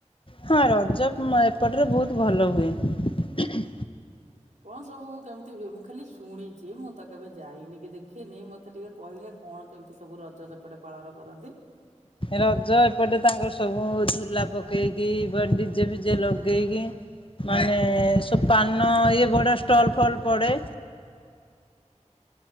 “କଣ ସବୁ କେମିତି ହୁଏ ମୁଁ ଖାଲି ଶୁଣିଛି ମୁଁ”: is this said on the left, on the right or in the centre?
Right